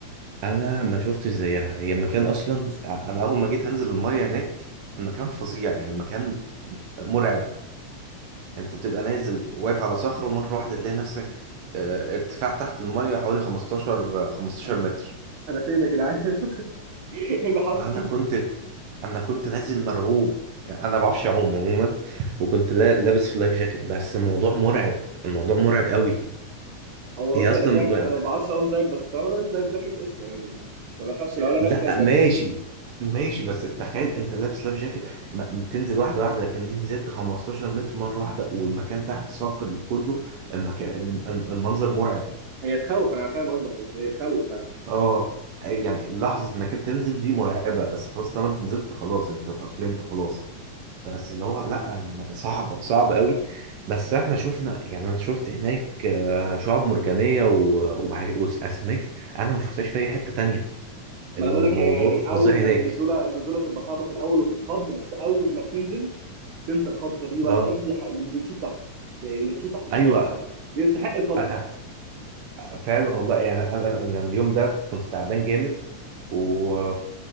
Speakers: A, on the right; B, on the right.
A: أنا ما شفتش زيها هي مكان أصلا أنا أول ما جيت هنزل المية هناك المكان فظيع يعني المكان مرعب أنت بتبقى نازل واقف على صخرة ومرة واحدة تلاقي نفسك آه، ارتفاع تحت المية حوالي 15 15
B: انا
A: متر
B: أنا فين يا جدعان <laughs> ايه اللي حصل
A: فانا كنت انا كنت نازل مرعوب يعني انا ما بعرفش اعوم عموما وكنت لا- لابس في لايف جاكيت بس الموضوع مرعب الموضوع مرعب قوي
B: هو
A: هي
B: بص
A: اصلا
B: انا زيك
A: م-
B: انا ما بعرفش اقوم زيك بس طالما لابس لايف جاكيت قشطه يعني ما بخافش لو انا لابس
A: لا
B: لايف
A: ماشي
B: جاكيت
A: ماشي بس تخيل انت لابس لايف جاكيت ما- بتنزل واحده واحده لكن دي نزلت 15 متر مره واحده والمكان تحت صاخر وكله المكان الم- المنظر مرعب
B: هي تخوف انا فاهم قصدك هي تخوف فاهم
A: اه يعني لحظه انك تنزل دي مرعبه بس خلاص لما انت نزلت خلاص انت اتأقلمت خلاص بس اللي هو لا صعبة صعبة قوي بس احنا شفنا يعني انا شفت هناك آه، شعاب مرجانية و- وحاج- واسماك انا ما شفتهاش في اي حتة تانية
B: ما
A: الموضوع
B: انا بقول لك يعني
A: فظيع
B: اول
A: هناك
B: ما النزوله النزوله بتبقى صعبه في الاول وبتتخض بس اول ما بتنزل تنسى الخضه دي ولا
A: اه
B: اي حاجه اللي بتشوف تحت يعني اللي بتشوف تحت كفايه
A: ايوه
B: صح يستحق الخضه
A: أ- أ- فعلا والله يعني انا انا اليوم ده كنت تعبان جامد و